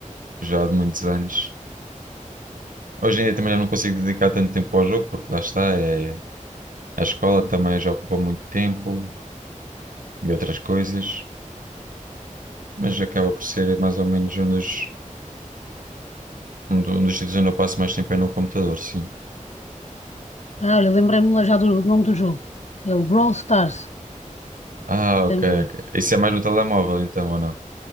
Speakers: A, on the right; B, on the left.
A: já de muitos anos. Hoje em dia também já não consigo dedicar tanto tempo ao jogo, porque lá está, é... a escola também já ocupa muito tempo e outras coisas. Mas acaba por ser mais ou menos um dos, um do- um dos sítios onde eu passo mais tempo é no computador, sim.
B: Ah, olha, lembrei-me já do, do nome do jogo. É o Brawl Stars.
A: Ah, ok,
B: É- é-
A: ok. Isso é mais no telemóvel, então, ou não?